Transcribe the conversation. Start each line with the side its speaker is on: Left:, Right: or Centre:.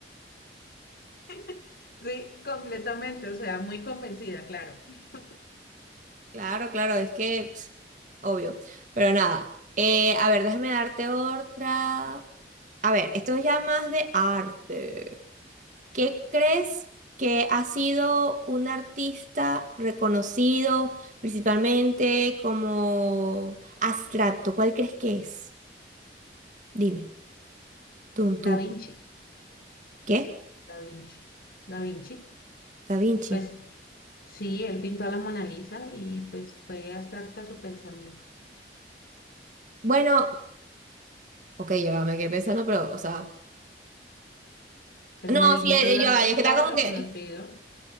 Left: <laughs> Sí, completamente, o sea, muy convencida, claro. <laughs>
Right: Claro, claro, es que, pss, obvio. Pero nada, eh, a ver, déjame darte otra. A ver, esto es ya más de arte. ¿Qué crees que ha sido un artista reconocido principalmente como abstracto? ¿Cuál crees que es? Dime. Tun,
Left: Da
Right: tun.
Left: Vinci,
Right: ¿Qué?
Left: Da Vinci, Da Vinci.
Right: Da Vinci.
Left: Pues sí, él pintó a la Mona Lisa y pues fue abstracta su pensamiento.
Right: Bueno, ok, ya va, me quedé pensando, pero, o sea.
Left: Pues
Right: No,
Left: me dijiste
Right: sí, eh,
Left: un artista
Right: ya va, es que está como
Left: reconocido.
Right: que.